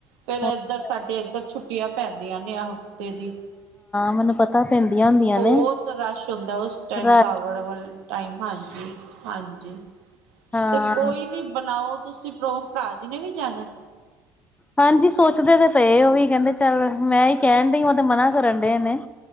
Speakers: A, on the right; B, on the left.
A: ਫੇਰ
B: ਹਾਂ-ਹਾਂ,
A: ਏਧਰ ਸਾਡੇ ਏਧਰ ਛੁੱਟੀਆਂ ਪੈਂਦੀਆਂ ਨੇ। ਤੇ ਦੀ,
B: ਮੈਨੂੰ ਪਤਾ ਪੈਂਦੀਆਂ ਹੁੰਦੀਆਂ
A: ਬੋਤ
B: ਨੇ।
A: ਰਸ਼ ਹੁੰਦਾ, ਉਸ ਟਾਈਮ
B: ਰਾਤ
A: ਕਾਵੜ ਵੱਲ। ਟਾਈਮ, ਹਾਂਜੀ ਹਾਂਜੀ।
B: ਹਾਂ,
A: ਤੇ ਕੋਈ ਨੀ ਬਣਾਓ ਤੁਸੀਂ ਪਰੋ, ਭਰਾ ਜੀ ਨੇ ਵੀ ਜਾਣਾ।
B: ਹਾਂਜੀ ਸੋਚਦੇ ਤੇ ਪਏ ਓ ਵੀ ਕੈੈਦੇ ਚੱਲ, ਮੈਂ ਈ ਕੈਣ ਡਈ ਓ ਤੇ ਮਨਾ ਕਰਨ ਡਏ ਨੇ।